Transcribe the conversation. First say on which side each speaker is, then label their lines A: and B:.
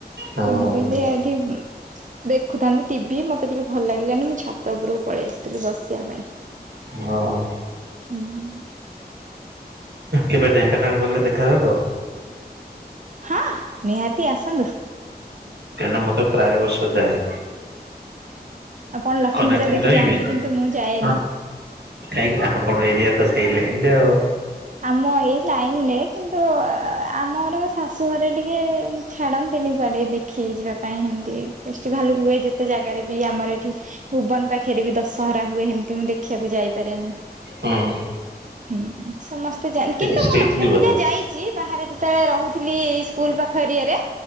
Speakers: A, on the right; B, on the right.
A: ହଁ
B: ମୁଁ
A: ହଁ
B: କହିଲି
A: ହଁ
B: ଏଠି ଉଁ ଦେଖୁଥାନ୍ତି ଟିଭି ମତେ ଟିକେ ଭଲ ଲାଗିଲାନି ମୁଁ ଛାତ ଉପରକୁ ପଳେଇ ଆସିଥିଲି ବସିବା ପାଇଁ।
A: ଅ ହ।
B: ହୁଁ।
A: କେବେ ଢେଙ୍କାନାଳ ଗଲେ ଦେଖାହେବ ତ?
B: ହଁ ନିହାତି ଆସନ୍ତୁ।
A: କାରଣ ମୁଁ ତ ପ୍ରାୟ ବର୍ଷ ଯାଏ।
B: ଆପଣ ଲକ୍ଷ୍ମୀ
A: କନେକ୍ଟିଙ୍ଗ୍
B: ପୂଜା ଦେଖି
A: ରହିବି
B: ଯାଆନ୍ତି
A: କାହିଁକି
B: କିନ୍ତୁ ମୁଁ ଯାଏନି।
A: ନା ଆପଣ ଏରିଆ ତ ସେଇଲେ ଲାଙ୍ଗେ ଆଉ। ହଁ।
B: ଆମ ଏଇ ଲାଇନ ରେ କିନ୍ତୁ ଆମର ଶାଶୁ ଘରେ ଟିକେ ଛାଡ଼ନ୍ତିନି କୁଆଡେ ଦେ ଖିଯିବା ପାଇଁ ଏମିତି ଫେଷ୍ଟିଭାଲ ହୁଏ ଯେତେ ଜାଗାରେ ବି ଆମର ଏଠି। ଭୁବନ ପାଖରେ ବି ଦଶହରା ହୁଏ ହେମତି ମୁଁ ଦେଖିବାକୁ ଯାଇପାରେନି।
A: ହଁ।
B: ହୁଁ ସମସ୍ତେ ଜାଆ କିନ୍ତୁ
A: ଷ୍ଟ୍ରିଟଲି
B: ମୁଁ ଲକ୍ଷ୍ମୀ
A: ବୋଧେ
B: ପୂଜା ଯାଇ ଚି ବାହାରେ ଯେତେବେଳେ ରହୁଥିଲି ଏ ସ୍କୁଲ ପାଖ ଏରିଆ ରେ